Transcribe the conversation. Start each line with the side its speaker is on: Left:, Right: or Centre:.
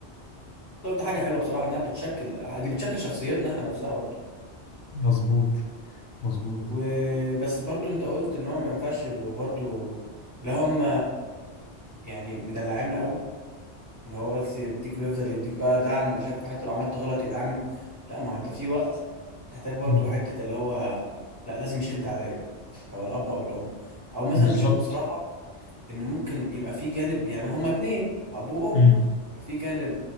Right: قلت حاجة حلوة بصراحة انها بتشكل دي بتشكل شخصيتنا احنا نفسها برضو
Left: مظبوط مظبوط
Right: وبس برضو انت قلت ان هو ما ينفعش يبقوا برضو لا هم يعني مدلعنا قوي ان هو بس يديك بيفضل يديك بقى دعم ومش عارف إيه، حتى لو عملت غلط يدعمني لا ما هو انت في وقت تحتاج برضو
Left: مم.
Right: حتة اللي هو لا لازم يشد عليا سواء الاب او الام او مثلا
Left: بالظبط
Right: بشوف بصراحة ان ممكن يبقى في جانب يعني ما هما اتنين اب وام
Left: مم.
Right: يبقى في جانب